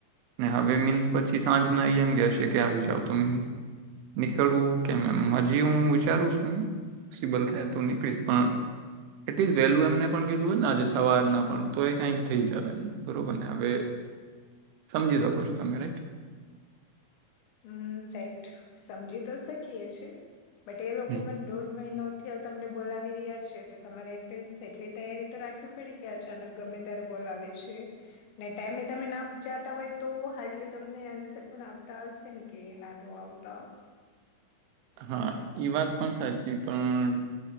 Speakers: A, on the right (about 85°); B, on the left (about 80°).
A: ને હવે મીન્સ પછી સાંજના એમ કહેશે કે આવી જાવ તો મીન્સ નીકળવું કેમ એમ હજી હું વિચારું છું. પોસિબલ થાય તો નીકળીશ પણ એટલીસ્ટ વહેલું એમને પણ કીધું હોય ને આજે સવારના પણ તો એ કઈક થઈ જલે એમ બરોબર ને હવે સમજી શકો છો તમે રાઈટ.
B: હમ્મ રાઈટ સમજી તો શકીએ છે. બટ એ લોકો
A: હમ
B: પણ દોઢ મહિનોથી તમને બોલાવી રિયા છે. તો તમારે એટલીસ્ટ એટલી તૈયારી તો રાખવી પડી કે અચાનક ગમે ત્યારે બોલાવે છે ને ટાઈમે તમે ના જતા હોય તો હાર્ડલી તમને આન્સર પણ આપતા હશે. ત કે નાનું આવતા.
A: હા એ વાત પણ સાચી પણ